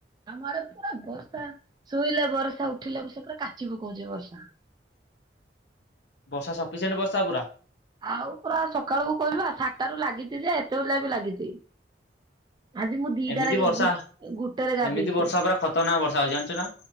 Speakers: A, on the right (about 25°); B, on the left (about 70°).
A: ଆମ ଆଡେ ପୁରା ବର୍ଷା ଶୋଇଲେ ବର୍ଷା ଉଠିଲେ ବର୍ଷା ପୁରା କାଚି ପକାଉଛି ବର୍ଷା।
B: ବର୍ଷା ସଫିସେଣ୍ଟ ବର୍ଷା ପୁରା
A: ଆଉ ପୁରା ସକାଳକୁୁ କହିବା ସାତଟାରୁ ଲାଗିଛି ଯେ ଏତେବେଳଯାଏଁ ବି ଲାଗିଛି। ଆଜି ମୁଁ ଦିଟାରେ
B: ଏମିତି ବର୍ଷା
A: ଗୁଟେରେ ଗାଧେଇଛି
B: ଏମିତି ବର୍ଷା ପୁରା ଖତରନାକ ବର୍ଷା ହଉଛି ଜାଣିଛୁ ନା।